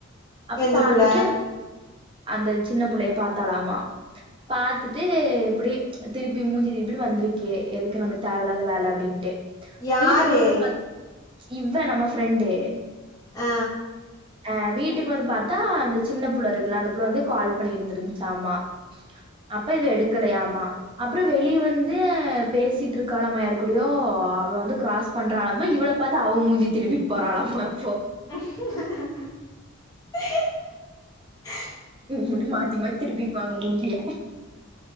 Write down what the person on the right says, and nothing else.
அப்ப
பாத்துட்டு
அந்த சின்ன புள்ளய பாத்தாலாமா பாத்துட்டு இப்டி திருப்பி மூஞ்சி திருபிட்டு வந்திருக்கே எதுக்கு நமஞகு தேவயிலாத வேல அப்டின்ட்டு
வீட்டுக்கு வந்து பாத் இவ நம்ம ஃபிரண்டு
ஆ வீட்டுக்கு வந்து பாத்தா அந்த சின்ன புள்ள இருக்குல்ல அந்த புள்ள வந்து கால் பண்ணிருந்துருந்தாசாமா அப்ப இவ எடுக்கலயாமா அப்புற வெளி வந்து பேசிட்டு இருக்காலமா யாரு குடியோ அவ வந்து கிராஸ் பண்றாலமா இவள பாத்து அவ மூஞ்சி திருப்பிட்டு போறலாமா இப்போ
முடி மாத் மாத்தி மாத் திருப்பிகுவாங்க மூஞ்சிய